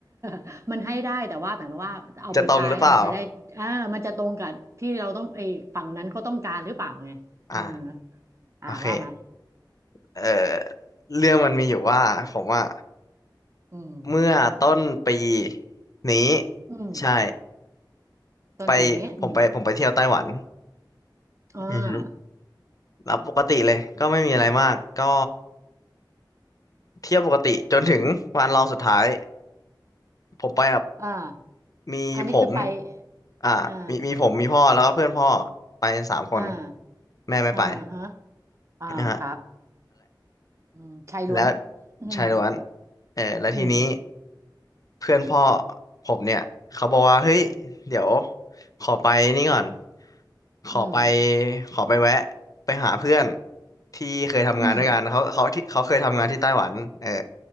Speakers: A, on the right (about 35°); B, on the left (about 45°).
A: <laughs> มันให้ได้แต่ว่าหมายความว่าเอาไปใช้มันจะได้อ่ามันจะตรงกับที่เราต้องไอ้ฝั่งนั้นก็ต้องการหรือเปล่าไงเออ
B: จะตรงหรือเปล่าอ่า
A: อ่าว่ามา
B: โอเคเอ่อเรื่องมันมีอยู่ว่าผมว่า
A: อืม
B: เมื่อต้นปีนี้
A: อืม
B: ใช่
A: ต้นปีนี้อืม
B: ไปผมไปผมไปเที่ยวไต้หวัน
A: อ่า
B: อือฮึแล้วปกติเลยก็ไม่มีอะไรมากก็เที่ยวปกติจนถึงวันรองสุดท้ายผมไปกับ
A: อ่า
B: มีผม
A: อันนี้คือไป
B: อ่ามีมีผมมีพ่อแล้วก็เพื่อนพ่อ
A: อ่า
B: ไปสามคน
A: อ่า
B: แม่ไม่ไป
A: อ่าฮะอ่าครับ
B: นะฮะ
A: อืมชายล้วน
B: แล้ว
A: อืม
B: ชายล้วนเออแล้วทีนี้
A: อืม
B: เพื่อนพ่อผมเนี่ยเขาบอกว่าเฮ้ยเดี๋ยวขอไปนี่ก่อนขอไป
A: อืม
B: ขอไปแวะไปหาเพื่อนที่เคยทำงานด้วยกันเขาเขาที่เขาเคยทำงานที่ไต้หวันเออ
A: อืม